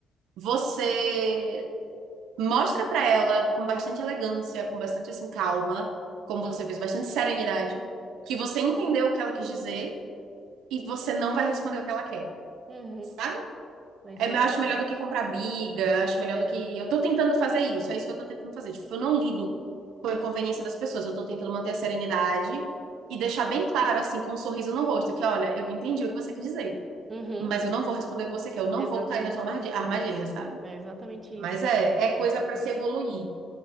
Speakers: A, on the right; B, on the right.
A: Você Mostra pra ela com bastante elegância, com bastante assim calma, como você fez, bastante serenidade, que você entendeu o que ela quis dizer e você não vai responder o que ela quer,
B: Uhum.
A: sabe?
B: Mas
A: É,
B: foi
A: eu acho
B: assim.
A: melhor do que comprar briga, acho melhor
B: É.
A: do que eu tô tentando fazer isso, é isso que eu tô tentando fazer. Tipo, eu não lido com a inconveniência das pessoas, eu tô tentando manter a serenidade e deixar bem claro assim com um sorriso no rosto que olha, eu entendi o que você quis dizer,
B: Uhum.
A: mas eu não vou responder o que você quer, eu não
B: Exatamente
A: vou cair na sua armadilha,
B: isso.
A: armadilha,
B: Nossa.
A: sabe?
B: É exatamente isso.
A: Mas é, é
B: Mas,
A: coisa
B: enfim,
A: pra se evoluir,